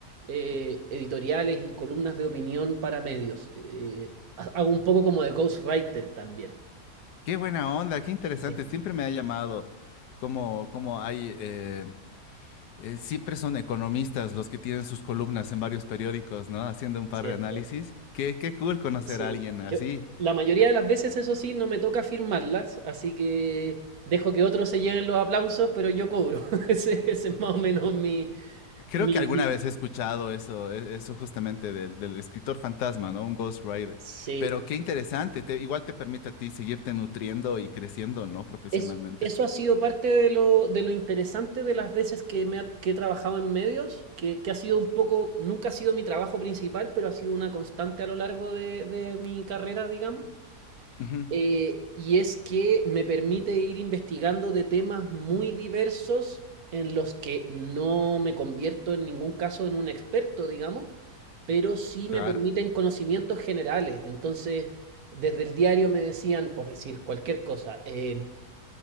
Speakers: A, on the right; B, on the left.
A: eh, editoriales y columnas de opinión para medios, eh, ha- hago un poco como de ghostwriter también.
B: Qué buena onda, qué interesante.
A: Sí,
B: Siempre me ha llamado como, como hay, eh, eh, siempre son economistas los que tienen sus columnas en varios periódicos, ¿no? Haciendo un par
A: cierto.
B: de análisis. Qué, qué cool conocer
A: Sí,
B: a alguien así.
A: yo la mayoría de las veces, eso sí, no me toca firmarlas, así que dejo que otros se lleven los aplausos, pero yo cobro. <laughs> Ese, ese es más o menos mi,
B: Creo
A: mi
B: que alguna
A: bill.
B: vez he escuchado eso, e- eso justamente del, del escritor fantasma, ¿no? Un Ghost Rider.
A: Sí,
B: Pero qué interesante, te- igual te permite a ti seguirte nutriendo y creciendo, ¿no? Profesionalmente.
A: es, eso ha sido parte de lo, de lo interesante de las veces que, me ha- que he trabajado en medios, que, que ha sido un poco, nunca ha sido mi trabajo principal, pero ha sido una constante a lo largo de, de mi carrera, digamos.
B: Ujú,
A: Eh, y es que me permite ir investigando de temas muy diversos en los que no me convierto en ningún caso en un experto, digamos, pero sí
B: claro.
A: me permiten conocimientos generales. Entonces, desde el diario me decían, por decir cualquier cosa, eh,